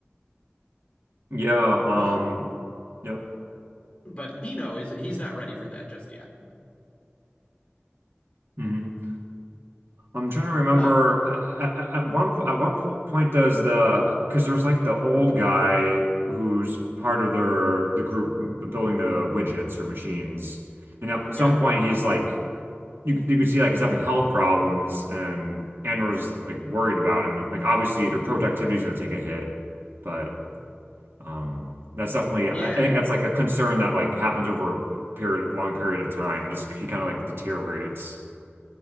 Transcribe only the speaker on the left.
But
but Kino is he's not ready for that just yet.
Um
yeah.
Mhm.
Yeah,